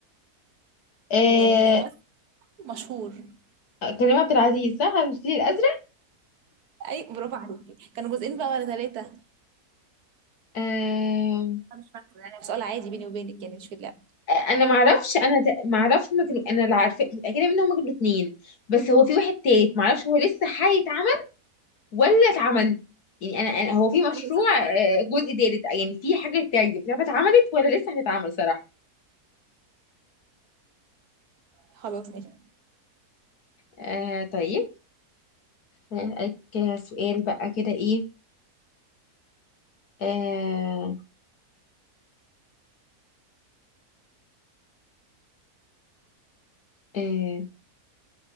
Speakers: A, on the left; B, on the right.
A: آه...
B: والممثل مشهور
A: كريم عبد العزيز صح على الفيل الأزرق
B: اي برافو عليكي كانوا جزئين بقى ولا ثلاثة
A: آه...
B: انا مش فاكرة يعني سؤال عادي بيني وبينك يعني مش في اللعبة
A: انا معرفش انا ت- معرفش هما كانوا انا اللي عارفه متاكده ان هما كانوا اتنين بس هو في واحد تالت معرفش هو لسه هيتعمل ولا اتعمل يعني انا أنا- هو في مشروع
B: ايوه صح
A: آه،
B: كده
A: جزء تالت يعني في حاجه تالت مش عارفه اتعملت ولا لسه هتتعمل صراحه
B: خلاص ماشي
A: آه طيب هسألك سؤال بقى كده ايه آه آه